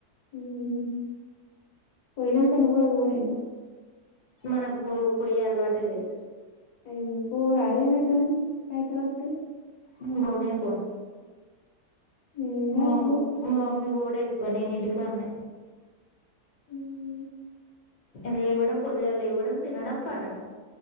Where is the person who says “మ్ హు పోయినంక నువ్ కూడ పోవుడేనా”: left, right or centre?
Left